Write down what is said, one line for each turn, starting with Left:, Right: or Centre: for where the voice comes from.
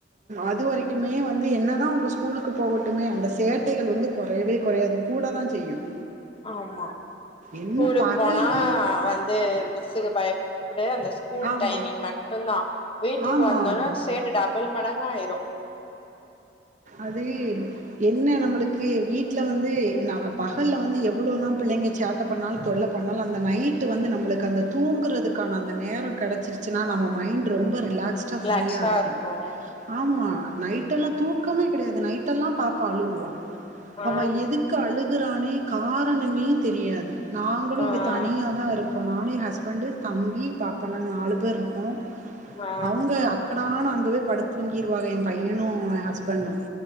Right: அது வரைக்குமே மே வந்து என்ன தான் உங்க ஸ்கூலுக்கு போகட்டுனு அந்த சேட்டைகள் வந்து கொறையவே கொறையாது கூட தான் செய்யும்
Left: ஆமா ஸ்கூலுக்கு
Right: என்ன பகல்ல
Left: போனா வந்து மிஸுக்கு பயப் புடு அந்த ஸ்கூல்
Right: ஆமா,
Left: டைமிங் மட்டும்தான் வீட்டுக்கு
Right: ஆமா,
Left: வந்த ஒன்னே
Right: ஆமா.
Left: சேட்டதா டபுல் மடங்காயிரும்
Right: அது என்ன நம்பளுக் கு வீட்ல வந்து நாம்ப பகல்ல வந்து எவ்ளோனா பிள்ளைங்க சேட்ட பண்ணாலு தொல்ல பண்ணாலும் அந்த நைட்டு வந்து நம்பளுக்கு அந்த தூங்கறதுக்கான அந்த நேரம் கெடச்சிருச்சினா நம்ம மைண்ட் ரொம் ரொம்ப ரிலாக்ஸ்டா
Left: ரிலாக்ஸா
Right: ஃப்ரீயா இருக்கும்
Left: இருப்போ
Right: ஆமா நைட்டு எல்லாம் தூக்கமே கெடையாது நைட்டெல்லாம் பாப்பா அழுவா
Left: ஆ
Right: அவ எதுக்கு அழுகுறானே காரணமே தெரியாது நாங்களு
Left: ஆ
Right: இங்க தனியாதா இருக்கோ நா னு, ஏன் ஹஸ்பண்டு, தம்பி, பாப்பா நாங்க நாலு பேர் இருக்கோ.
Left: ஆ
Right: அவங்க அக்கடானு அங்கவே படுத் தூங்கியிருவாக எம் பையனு ஏன் ஹஸ்பண்டு